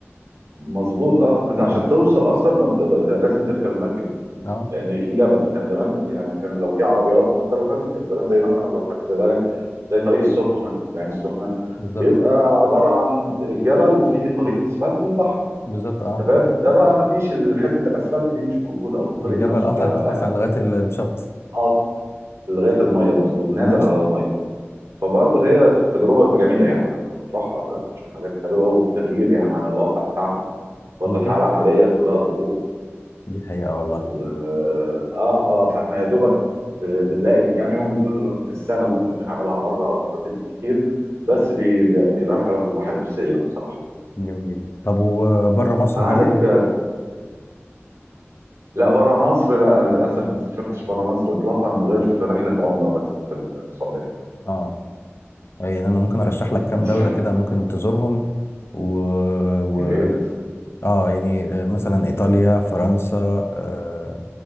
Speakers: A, on the right; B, on the left.
A: مظبوط اه انت عشان
B: مم.
A: توصل اصلا ما بتقدر لا- لازم تركب المركب دي
B: اه
A: لان في جبل كان زمان يعني كان لو في عربيات مثلا كان زمان زي مثلا لو خدت بالك زي طريق السخنه يعني السخنه
B: بالظبط
A: بيبقى عباره عن الجبل وفيه طريق اسفلت والبحر
B: بالظبط اه
A: تمام ده بقى ما فيش حته الاسفلت دي مش موجوده او الطريق
B: الجبل
A: نفسه
B: قطع
A: كاكس
B: قطع لغاية ال- الشط
A: قط لغايه الميه مظبوط نازل
B: تمام
A: على الميه فبرضه هي تجربة جميلة يعني لما بتروحها لا بتشوف حاجات حلوة وتغيير يعني عن الواقع بتاعنا برضه
B: بالظبط
A: الحالة العملية كلها ضغوط
B: دي حقيقة والله
A: و اه اه فاحنا يا دوبك ب- بنلاقي الكام يوم دول في السنة ممكن بنعملها مرة أو مرتين بالكتير بس بي... بي- بيريح الواحد نفسيا بصراحة
B: جميل طب وبره مصر
A: أنا
B: هل
A: عايزك لا بره مصر لا للأسف ما سافرتش بره مصر إطلاقا غير في رحلة عمرة بس في السعودية
B: اه يعني انا ممكن ارشح لك كام
A: أنت صحيح
B: دولة كده ممكن تزورهم و... و...
A: يا ريت
B: اه يعني آه، مثلا ايطاليا فرنسا آه،